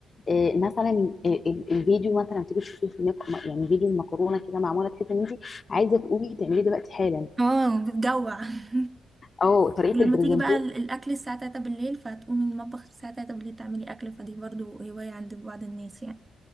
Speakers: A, on the left; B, on the right.
A: آه، مثلا آه، ال- الفيديو مثلا تيجي تشوفيه في الميك يعني فيديو المكرونه كده معموله تحس ان انت عايزه تقومي تعمليه دلوقتي حالا
B: اه بتجوع <laughs>
A: او طريقه
B: ولما
A: البرزنتيشن
B: تيجي بقى ال- الاكل الساعة 3 بالليل فتقومي من المطبخ الساعة 3 بالليل تعملي اكل فدي برضو هواية عند بعض الناس يعني